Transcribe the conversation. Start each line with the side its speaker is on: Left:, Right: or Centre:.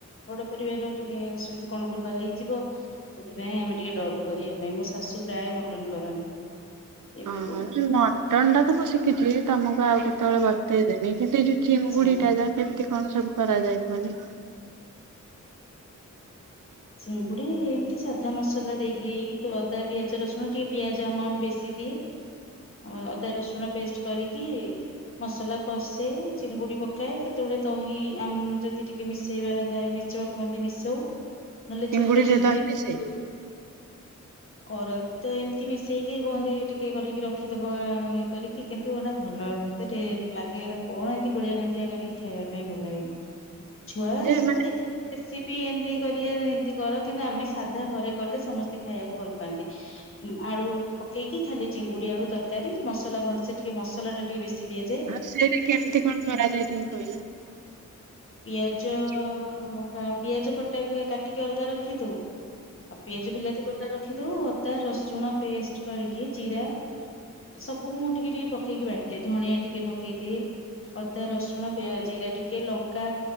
Left: ବଡ ପରିବାର ଟିକେ ଅସୁ କଣ ଭୁଲ୍ ଭାଲ୍ ହେଇଯିବ ସେଥିପାଇଁ ଆମେ ଟିକେ ଡରୁ କରିବା ପାଇଁ ମୋ ଶାଶୁ ପ୍ରାୟ ମଟନ୍ କରନ୍ତି। ଏବେ
Right: ଅହୋ
Left: କୁ
Right: ମଟନ୍ ଟା ତ ମୁଁ ଶିଖିଛି ତମକୁ ଆଉ ଯେତବେଳେ ବତେଇଦେବି କିନ୍ତୁ ଏ ଯୋଉ ଚିଙ୍ଗୁଡି
Left: ଆଚ୍ଛା
Right: ଟା ଯା କେମିତି କଣ ସବୁ କରାଯାଏ କୁହନି?
Left: ଚିଙ୍ଗୁଡି ଏମିତି ସାଧା ମସଲା ଦେଇକି ଏଇ ଅଦା ପିଆଜ ରସୁଣ ଟିକେ ପିଆଜ ଆମାଉଣ୍ଟ ବେଶୀ ଦିଏ।
Right: <inaudible>
Left: ଅ ଅଦା ରସୁଣ ପେଷ୍ଟ କରିକି -ମସଲା କଷେ ଚିଙ୍ଗୁଡି ପକାଏ କେତେବେଳେ ଦହି ଆମ ଯଦି ଟିକେ ମିଶେଇବାର ଥାଏ ମି- ଚ କୁହନ୍ତି ମିଶଉ। ନହେଲେ
Right: ଚିଙ୍ଗୁଡିରେ
Left: ଛୋଟ ଚିଙ୍ଗୁଡି
Right: ଦହି ମିସେ?
Left: କରନ୍ତି ତ ଏମିତି ମିଶେଇକି କୁହନ୍ତି ଟିକେ କରିକି ରଖିଦବା ଇଏ କରିକି କିନ୍ତୁ ଏଟା ଭଲ ହେବନି ମତେ ଟେ ଲାଗେ ଏଇଗୁଡାକ କଣ ଏମିତି ଗୁଳିଆ ଘାଣ୍ଟିଆ କରିକି ଖାଇବା ପାଇଁ ଭଲ ଲାଗେନି। ଛୁଆ
Right: ଯେ
Left: ସବୁ ଦେଖିକି ରେସିପି ଏମତି କରିବା ଯେମିତି କର କିନ୍ତୁ ଆମେ ସାଧା ଘରେ କଲେ ସମସ୍ତେ ଖାଇବାକୁ ଭଲ ପାଆନ୍ତି। ଆଳୁ ପକେଇକି ଖାଲି ଚିଙ୍ଗୁଡି ଆଳୁ ତରକାରୀ ମସଲା ଭଲସେ ଟିକେ ମସଲା ଟା ଟିକେ ବେଶି ଦିଆ
Right: ଆଉ ସେଇଟା କେମିତି କଣ କରାଯାଏ ଟିକେ କହିଲ?
Left: ପିଆଜ
Right: ମାନେ
Left: ହାଫ୍ ପିଆଜ କଟା କାଟିକି ଅଲଗା ରଖିଦଉ ଆଉ ପିଆଜ ବିଲାତି କଟା ରଖିଦଉ। ଅଦା ରସୁଣ ପେଷ୍ଟ କରିକି ଜିରା ସବୁ ମୁଁ ଟିକେ ଟିକେ ପକେଇକି ବାଟେ ଧଣିଆ ଟିକେ ପକେଇଦିଏ। ଅଦା, ରସୁଣ, ପିଆଜ, ଜିରା ଟିକେ ଲଙ୍କା।